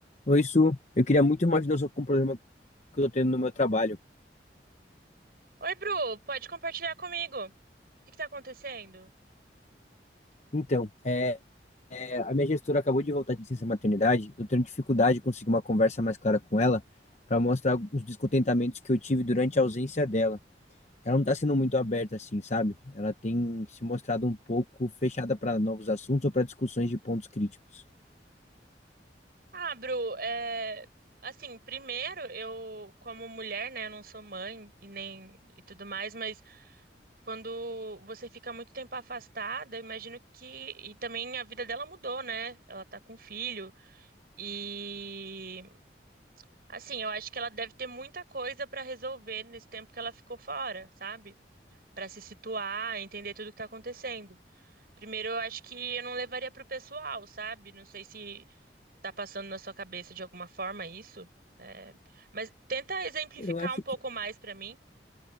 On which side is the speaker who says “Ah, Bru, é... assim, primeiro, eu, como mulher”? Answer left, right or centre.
Right